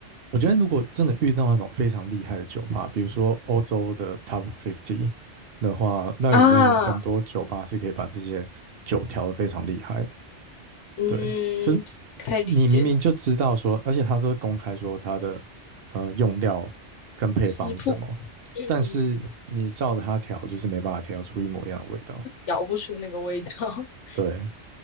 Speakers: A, on the right (about 55°); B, on the left (about 80°).
A: 我觉得如果真的遇到那种非常厉害的酒吧，比如说欧洲的 Top 50的话，那里面很多酒吧是可以把这些酒调得非常厉害的。
B: 啊。嗯，
A: 对，就
B: 可以理解，
A: 你明明就知道说，而且他是公开说他的呃用料跟配方是什么，
B: 食谱，嗯，
A: 但是你照着它调，就是没办法调出一模一样的味道。
B: 咬不出那个味道。<laughs>
A: 对，